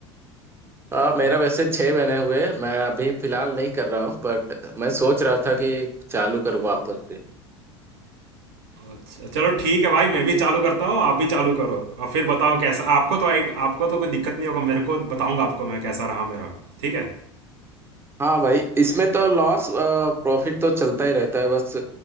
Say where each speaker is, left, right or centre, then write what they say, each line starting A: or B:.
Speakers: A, on the right (about 15°); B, on the right (about 55°).
A: हाँ मेरा वैसे छह महीने हुए मैं अभी फिलहाल नहीं कर रहा हूँ बट मैं सोच रहा था कि चालू करूँ वापस से
B: अच्छा चलो ठीक है भाई मैं भी चालू करता हूँ आप भी चालू करो और फिर बताओ कैसा आपको तो आई- आपको तो कोई दिक्कत नहीं होगा मेरे को बताऊंगा आपको मैं कैसा रहा मेरा ठीक है
A: हाँ भाई इसमें तो लॉस प्रॉफिट तो चलता ही रहता है बस